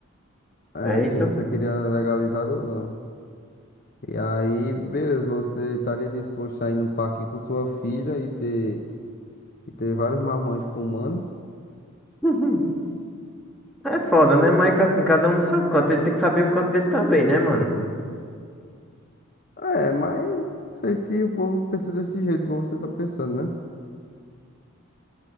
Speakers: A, on the left; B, in the centre.
A: É,
B: É
A: se
B: isso?
A: você
B: <laughs>
A: queria legalizado ou não. E aí, beleza, você estaria disposto a ir num parque com sua filha e ter, e ter vários marmanjos fumando?
B: Uhum. É foda, né? Mas que assim, cada um no seu canto. Ele tem que saber o canto dele também, né, mano?
A: É, mas não sei se o povo pensa desse jeito, igual você tá pensando, né?